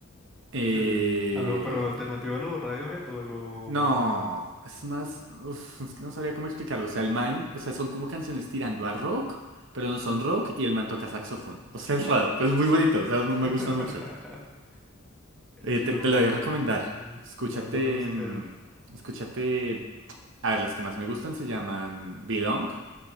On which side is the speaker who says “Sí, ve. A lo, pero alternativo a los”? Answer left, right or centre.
Centre